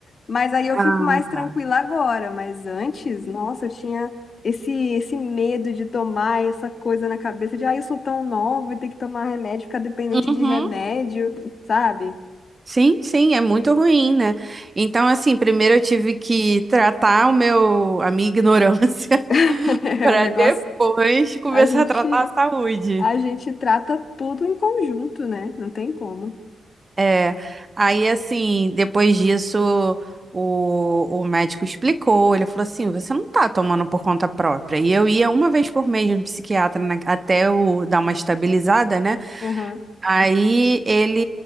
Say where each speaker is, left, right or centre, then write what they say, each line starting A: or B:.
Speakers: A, on the left; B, on the right.
A: Mas aí eu
B: Ah,
A: fico mais tranquila
B: tá.
A: agora. Mas antes, nossa, eu tinha esse, esse medo de tomar essa coisa na cabeça de, ah, eu sou tão nova, ter que tomar remédio, ficar dependente
B: Uhum.
A: de remédio, sabe?
B: Sim, sim, é muito ruim, né? Então, assim, primeiro eu tive que tratar o meu, a minha ignorância,
A: <laughs>
B: <laughs> para
A: É um negócio.
B: depois começar
A: A gente,
B: a tratar a saúde.
A: a gente trata tudo em conjunto, né? Não tem como.
B: É, aí assim, depois disso, o, o médico explicou, ele falou assim, você não tá tomando por conta própria. E eu ia uma vez por mês no psiquiatra, na- até eu dar uma estabilizada, né?
A: Aham.
B: Aí ele,